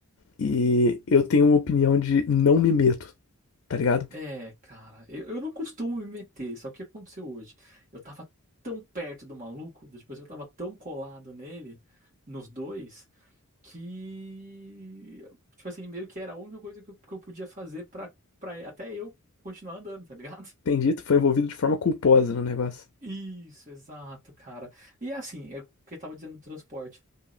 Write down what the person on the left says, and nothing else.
E eu tenho uma opinião de não me meto, tá ligado?
Tem dito, foi envolvido de forma culposa no negócio.